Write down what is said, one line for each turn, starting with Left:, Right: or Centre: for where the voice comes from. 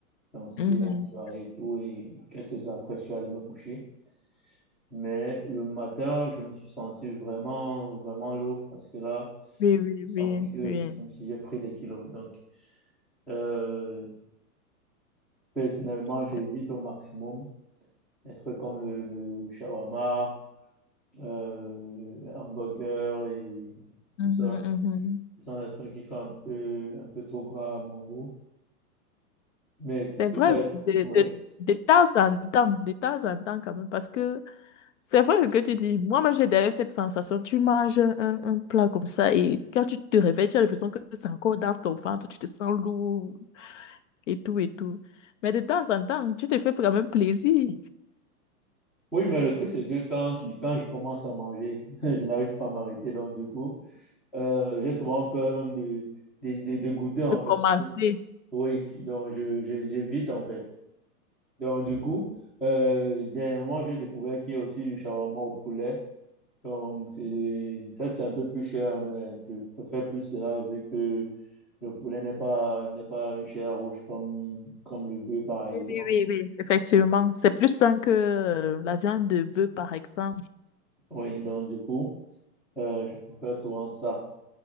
Centre: Donc c'était
Left: mhm,
Centre: en soirée et tout et quelques heures après, je suis allé me coucher. Mais le matin, je me suis senti vraiment, vraiment lourd parce que là,
Left: Oui, oui,
Centre: je
Left: oui,
Centre: sentais que
Left: oui.
Centre: c'est comme si j'ai pris des kilos. Donc, euh, personnellement,
Left: Ça-
Centre: j'évite au maximum Des trucs comme le, le shawarma, euh, le hamburger et
Left: mhm,
Centre: tout ça.
Left: mhm.
Centre: Ce sont des trucs qui font un peu, un peu trop gras à mon goût. Mais
Left: C'est
Centre: tout
Left: vrai,
Centre: à...
Left: de,
Centre: Oui.
Left: de, de temps en temps, de temps en temps quand même, parce que c'est vrai que tu dis, moi-même j'ai d'ailleurs cette sensation, tu manges un, un plat comme ça et quand tu te réveilles, tu as l'impression que c'est encore dans ton ventre, tu te sens lourd et tout et tout. Mais de temps en temps, tu te fais quand même plaisir
Centre: Oui, mais le truc, c'est que quand, tu, quand je commence à manger, <laughs> je n'arrive pas à m'arrêter. Donc, du coup, euh, j'ai souvent peur même de, de, de- de goûter, en
Left: de commencer.
Centre: fait. Oui, donc je, je- j'évite, en fait. Donc, du coup, euh, dernièrement, j'ai découvert qu'il y a aussi du shawarma au poulet. Donc, c'est, ça, c'est un peu plus cher, mais je préfère plus cela vu que le poulet n'est pas, n'est pas une chair rouge comme, comme le bœuf, par exemple.
Left: Oui, oui, oui, oui. Effectivement, c'est plus sain que euh, la viande de bœuf, par exemple.
Centre: Oui, donc du coup, euh, je préfère souvent ça.